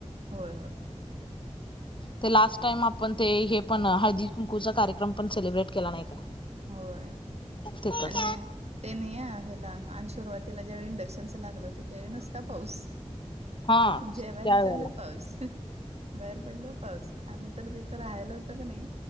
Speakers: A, on the right (about 65°); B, on the left (about 45°).
A: होय होय
B: ते लास्ट टाइम आपण ते हे पण, हळदी कुंकूचा कार्यक्रम पण सेलिब्रेट केला नाही काय.
A: होय.
B: तिथंच
A: आणि ते नाही हेला, आणि सुरुवातीला जे इंडशन. तेचं लागत त्यावेळी नुसता पाऊस,
B: हा
A: जेवायला
B: त्यावेेळेला
A: चाल पाऊस. बाहेर पडल पाऊस आम्ही, तर तिथं राहायला होतं कणी.